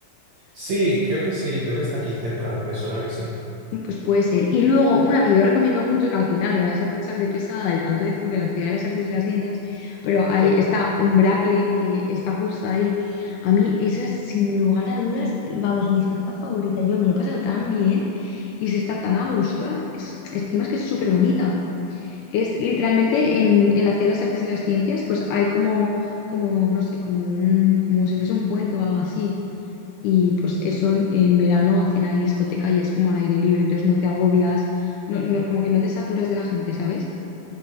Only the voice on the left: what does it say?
Pues puede ser. Y luego, una que yo recomiendo mucho, que al final me vais a tachar de pesada de tanto decir de la Ciudad de las Artes y las Ciencias, pero ahí
está un Bracle que está justo ahí. A mí, esa es sin lugar a dudas, vamos, mi discoteca favorita. Yo me lo he pasado tan bien y se está tan a gusto. Es- encima es que es súper bonita. Es literalmente en, en la Ciudad de las Artes y las Ciencias, pues hay como, como, no sé, como un, como si fuese un puente o algo así. Y pues eso en, en verano hacen ahí discoteca y es como al aire libre, entonces no te agobias, no, no- como que no te saturas de la gente, ¿sabes?